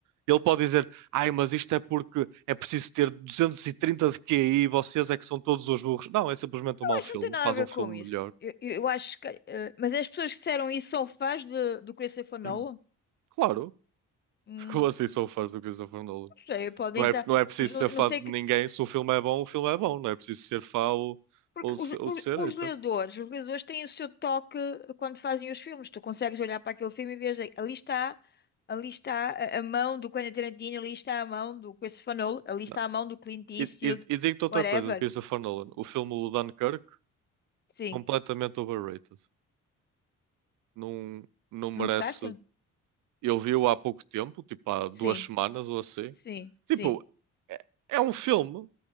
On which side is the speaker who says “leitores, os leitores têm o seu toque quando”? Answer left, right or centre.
Left